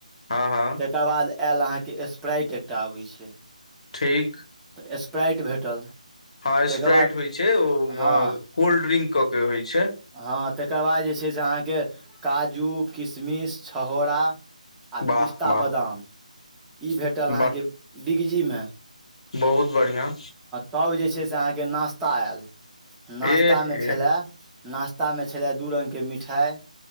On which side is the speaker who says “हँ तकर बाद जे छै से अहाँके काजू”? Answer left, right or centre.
Centre